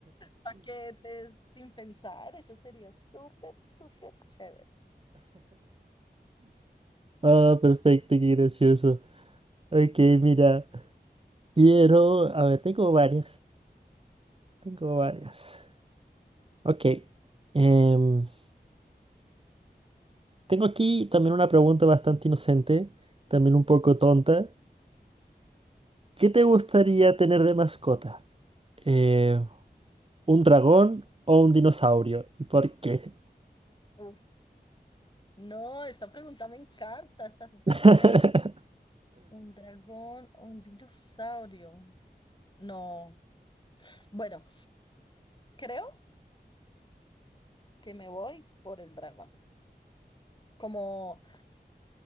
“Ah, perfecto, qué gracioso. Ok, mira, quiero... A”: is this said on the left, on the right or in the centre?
Right